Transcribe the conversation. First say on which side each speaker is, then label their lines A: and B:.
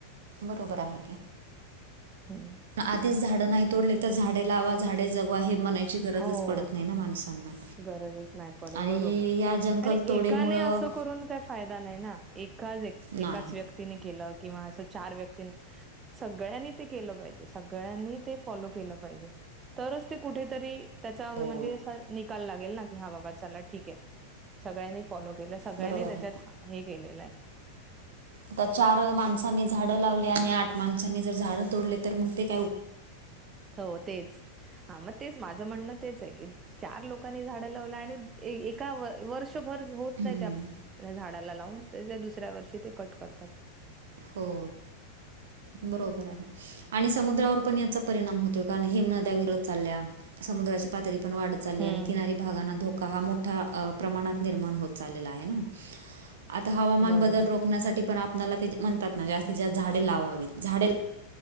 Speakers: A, on the right; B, on the right.
A: बरोबर आहे ते.
B: हम्म.
A: आधीच झाडं नाही तोडले तर झाडे लावा झाडे जगवा हे म्हनायची गरजच
B: हो.
A: पडत नाही ना माणसांना
B: गरजच नाही पडत
A: आणि
B: बरोबर.
A: या जंगलतोडीमुळं
B: आणि एकाने असं करून काय फायदा नाही ना एका एकाच
A: नाही
B: व्यक्ती व्यक्ती केलं किंवा अस चार व्यक्ती सगळ्यांनी ते केलं पाहिजे सगळ्यांनी ते फॉलो केलं पाहिजे. तरच ते कुठेतरी त्याचा
A: हो
B: म्हणजे निकाल लागेल क हा बाबा चला ठीके सगळ्यांनी फॉलो केलं सगळ्यां
A: बरोबर आहे
B: त्याच्यात हा हे केलेलं आहे.
A: आता चार माणसांनी झाडं लावली आणि आठ माणसांनी जर झाडं तोडले तर मग ते काय
B: हो तेच हा मग तेच माझं म्हणणं तेच आहे की चार लोक लोकांनी झाड लावला आणि एका वर्षभर होत
A: हम्म,
B: नाही त्या त्या झाडाला लावून त्या दुसऱ्या वर्षी ते कट करतात
A: हो बरोबर आहे आणि समुद्रावर पण याचा परिणाम होतोय कारण हि नद्या वि चालल्या समुद्राची पातळी पण वाढत चालली
B: हम्म
A: आणि किनारी भागांना धोका हा मोठ्या प्रमाणात निर्माण होत चाललेला आहे ना आता हवामान
B: बरोबर
A: बदल रोखण्यासाठी पण आपनाला ते म्हणतात ना जास्तीत जास्त झाडे लावावीत झाडे